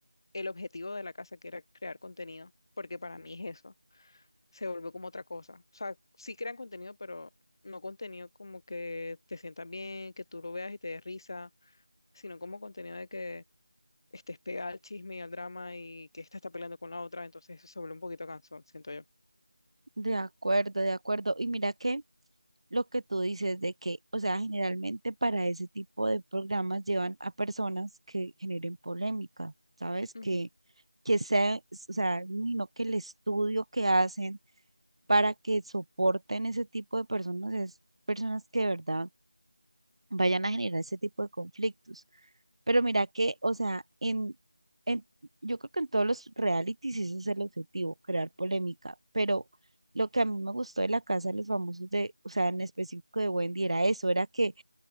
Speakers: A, on the left; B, on the right.
A: el objetivo de la casa que era crear contenido, porque para mí es eso, se vuelve como otra cosa. O sea, sí crean contenido, pero no contenido como que te sientan bien, que tú lo veas y te des risa sino como contenido de que estés pegada al chisme y al drama y que esta está peleando con la otra, entonces eso se vuelve un poquito cansón, siento yo.
B: De acuerdo, de acuerdo. Y mira que lo que tú dices de que, o sea, generalmente para ese tipo de programas llevan a personas que generen polémica, ¿sabes?
A: Ujú,
B: Que, que sea, o sea, no que el estudio que hacen para que soporten ese tipo de personas es personas que de verdad vayan a generar ese tipo de conflictos. Pero mira que, o sea, en, en, yo creo que en todos los realities ese es el objetivo, crear polémica. Pero lo que a mí me gustó de La Casa de los Famosos, de, o sea, en específico de Wendy, era eso, era que,